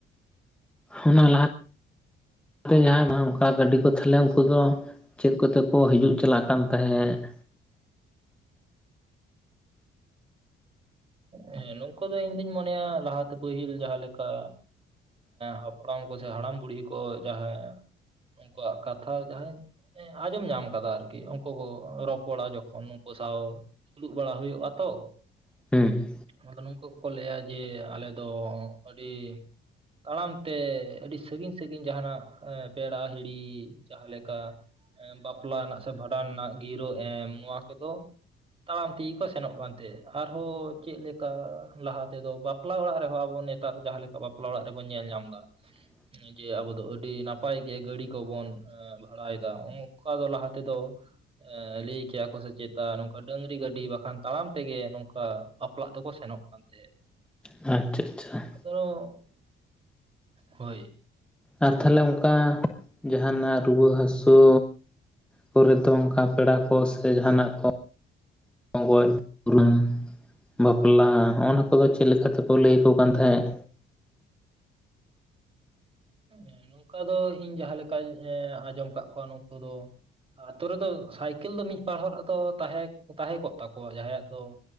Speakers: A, in the centre; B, on the right.
A: ᱚᱱᱟ ᱞᱟᱦᱟ ᱡᱟᱦᱟᱸ ᱚᱱᱠᱟ ᱜᱟᱹᱰᱤ ᱠᱚ ᱛᱷᱟᱞᱮ ᱩᱱᱠᱩ ᱫᱚ ᱪᱮᱜ ᱠᱚᱛᱮ ᱠᱚ ᱦᱤᱡᱩᱜ ᱪᱟᱞᱟᱜ ᱠᱟᱱ ᱛᱟᱦᱮᱸᱫ
B: ᱦᱮᱸ ᱱᱚᱝᱠᱩ ᱫᱚ ᱤᱧ ᱫᱩᱧ ᱢᱚᱱᱮᱭᱟ ᱞᱟᱦᱟᱛᱮ ᱯᱟᱹᱦᱤᱞ ᱡᱟᱦᱟᱸ ᱞᱮᱠᱟ ᱦᱟᱯᱲᱟᱢ ᱠᱚᱥᱮ ᱦᱟᱲᱟᱢ ᱵᱩᱲᱦᱤ ᱠᱚ ᱡᱟᱦᱟᱸ ᱩᱱᱠᱩᱣᱟᱜ ᱠᱟᱛᱷᱟ ᱡᱟᱦᱟᱸᱭ ᱟᱸᱡᱚᱢ ᱧᱟᱢ ᱠᱟᱫᱟ ᱟᱨᱠᱤ ᱩᱱᱠᱩ ᱠᱚ ᱨᱚᱯᱚᱲᱟ ᱡᱚᱠᱷᱚᱱ ᱩᱱᱠᱩ ᱥᱟᱶ ᱫᱩᱲᱩᱵ ᱵᱟᱲᱟ ᱦᱩᱭᱩᱜᱼᱟ ᱛᱚ
A: ᱦᱩᱸ
B: ᱟᱫᱚ ᱱᱩᱝᱠᱩ ᱠᱚᱠᱚ ᱞᱟᱹᱭᱟ ᱡᱮ ᱟᱞᱮ ᱫᱚ ᱟᱹᱰᱤ ᱛᱟᱲᱟᱢ ᱛᱮ ᱟᱹᱰᱤ ᱥᱟᱹᱜᱤᱧ ᱥᱟᱹᱜᱤᱧ ᱡᱟᱦᱟᱸᱱ ᱯᱮᱲᱟ ᱦᱤᱲᱤ ᱡᱟᱦᱟᱸ ᱞᱮᱠᱟ ᱵᱟᱯᱞᱟ ᱨᱮᱱᱟᱜ ᱥᱮ ᱵᱷᱟᱸᱰᱟᱱ ᱨᱮᱱᱟᱜ ᱜᱤᱨᱟᱹ ᱮᱢ ᱱᱚᱣᱟ ᱠᱚᱫᱚ ᱛᱟᱲᱟᱢ ᱛᱮᱜᱤ ᱠᱚ ᱥᱮᱱᱚᱜ ᱠᱟᱱ ᱛᱟᱸᱦᱮᱜ ᱟᱨᱦᱚᱸ ᱪᱮᱫ ᱞᱮᱠᱟ ᱞᱟᱦᱟ ᱛᱮᱫᱚ ᱵᱟᱯᱞᱟ ᱚᱲᱟᱜ ᱨᱮᱦᱚᱸ ᱟᱵᱚ ᱱᱮᱛᱟᱨ ᱡᱟᱦᱟᱸ ᱞᱮᱠᱟ ᱵᱟᱯᱞᱟ ᱚᱲᱟᱜ ᱨᱮᱵᱚᱱ ᱧᱮᱞ ᱧᱟᱢ ᱮᱫᱟ
A: <inaudible>
B: ᱡᱮ ᱟᱵᱚ ᱫᱚ ᱟᱹᱰᱤ ᱱᱟᱯᱟᱭ ᱜᱮ ᱜᱟᱹᱲᱤ ᱠᱚᱵᱚᱱ ᱵᱷᱟᱲᱟᱭᱮᱫᱟ ᱟᱜ ᱠᱟ ᱫᱚ ᱞᱟᱦᱟ ᱛᱮᱫᱚ ᱞᱟᱹᱭ ᱠᱮᱭᱟ ᱠᱚ ᱥᱮ ᱪᱮᱛᱟ ᱱᱚᱝᱠᱟ ᱰᱟᱹᱝᱨᱤ ᱜᱟᱹᱰᱤ ᱵᱟᱠᱷᱟᱱ ᱛᱟᱲᱟᱢ ᱛᱮᱜᱮ ᱱᱚᱝᱠᱟ ᱵᱟᱯᱞᱟᱜ ᱫᱚᱠᱚ ᱥᱮᱱᱚᱜ ᱠᱟᱱ ᱛᱟᱦᱮᱸᱜ
A: ᱟᱪᱪᱷᱟ ᱟᱪᱪᱷᱟ
B: ᱟᱫᱚ ᱦᱳᱭ
A: ᱟᱨ ᱛᱟᱞᱦᱮ ᱚᱱᱠᱟ ᱡᱟᱸᱦᱟᱱ ᱟᱜ ᱨᱩᱣᱟᱹ ᱦᱟᱹᱥᱩ ᱯᱚᱨᱮ ᱫᱚ ᱚᱱᱠᱟ ᱯᱮᱲᱟ ᱠᱚ ᱥᱮ ᱡᱟᱦᱟᱱᱟᱜ ᱠᱚ <unintelligible> ᱵᱟᱯᱞᱟ ᱚᱱᱟ ᱠᱚᱫᱚ ᱪᱮᱫ ᱞᱮᱠᱟ ᱛᱮᱠᱚ ᱞᱟᱹᱭ ᱟᱠᱚ ᱠᱟᱱ ᱛᱟᱦᱮᱸᱫ
B: ᱦᱮᱸ ᱱᱚᱝᱠᱟ ᱫᱚ ᱤᱧ ᱡᱟᱦᱟᱸ ᱞᱮᱠᱟᱧ ᱟᱸᱡᱚᱢ ᱠᱟᱜ ᱠᱚᱣᱟ ᱱᱩᱠᱩ ᱫᱚ ᱟᱛᱳ ᱨᱮᱫᱚ ᱥᱟᱭᱠᱮᱞ ᱫᱚ ᱢᱤᱫ ᱵᱟᱨ ᱦᱚᱲ ᱟᱫᱚ ᱛᱟᱦᱮᱸ ᱛᱟᱦᱮᱸ ᱠᱚᱜ ᱛᱟᱠᱚᱣᱟ ᱡᱟᱦᱟᱸᱭᱟᱜ ᱫᱚ